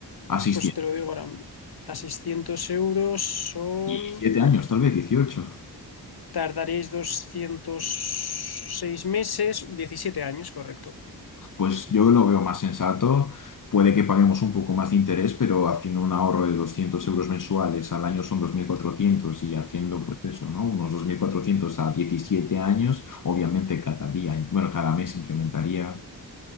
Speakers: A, on the left (about 50°); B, on the left (about 65°).
A: A 600.
B: Pues te lo digo ahora. A seiscientos euros son...
A: 17 años, tal vez dieciocho
B: Tardaréis doscientos seis meses, 17 años, correcto.
A: Pues yo lo veo más sensato. Puede que paguemos un poco más de interés, pero haciendo un ahorro de 200 euros mensuales al año son dos mil cuatrocientos y haciendo, pues eso, ¿no? Unos 2.400 a 17 años, obviamente cada día, bueno, cada mes incrementaría.